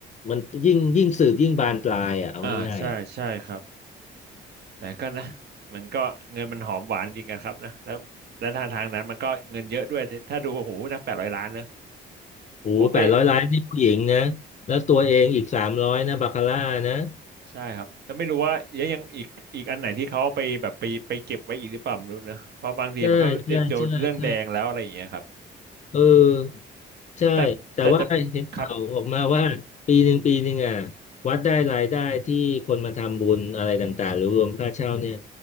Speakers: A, on the left; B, on the right.
A: มันยิ่งยิ่งสืบยิ่งบานปลายอ่ะเอาง่ายๆอ่ะ
B: อ่าใช่ใช่ครับแต่ก็นะมันก็เงินมันหอมหวานจริงกันครับนะแล้วแล้วทางทางนั้นมันก็เงินเยอะด้วยถ้าดูโอ้โหนักแปดร้อยล้านนะ
A: โอ้แปดร้อยล้านนี่ผู้หญิงนะแล้วตัวเองอีกสามร้อยนะบาคาร่านะ
B: ผมก็ใช่ครับแล้วไม่รู้ว่ายังยังอีกอีกอันไหนที่เขาเอาไปแบบไปไปเก็บไว้อีกหรือเปล่าไม่รู้นะเพราะบางทีมันก็เตรียมเจอเรื่องแดงแล้วอะไรอย่างเงี้ยครับ
A: ใช่ใช่ใช่ใช่ เออใช่แต่ว่าเห็นข่าวออกมาว่าปีหนึ่งปีหนึ่งอ่ะ
B: แต่แต่แต่ครับ
A: วัดได้รายได้ที่คนมาทำบุญอะไรต่างๆหรือรวมค่าเช่าเนี่ย